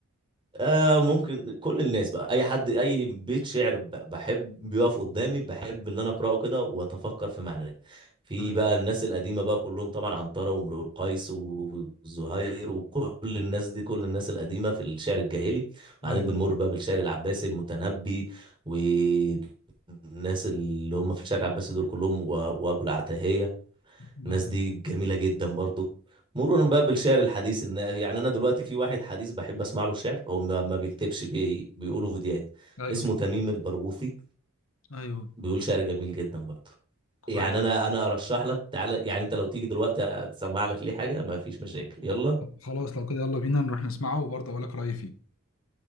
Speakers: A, on the right (about 25°); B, on the left (about 80°).
A: آه ممكن كل الناس بقى اي حد اي بيت شعر ب- بحب بيقف قدامي بحب ان انا اقراه كده واتفكر في معناه في
B: ايوه
A: بقى الناس القديمه بقى كلهم طبعا عنترة وامرؤ القيس والزهير وكل الناس دي كل الناس القديمه في الشعر الجاهلي وبعدين
B: ايوه
A: بنمر بقى بالشعر العباسي المتنبي والناس اللي هم في الشعر العباسي دول كلهم و- وابو العتاهيه
B: بالظبط
A: الناس دي جميلة جدا برضو مرورا بقى بالشعر الحديث ان يعني انا دلوقتي في واحد حديث بحب اسمع له شعر هو ما ما بيكتبش بي... بيقوله فيديوهات
B: ايوه
A: اسمه تميم البرغوثي
B: ايوه
A: بيقول شعر جميل جدا برضو
B: كويس
A: يعني انا انا ارشح لك تعالى يعني انت لو تيجي دلوقتي اسمع لك ليه حاجة ما فيش مشاكل يلا
B: خلاص لو كده يلا بينا نروح نسمعه وبرضه اقول لك رأيي فيه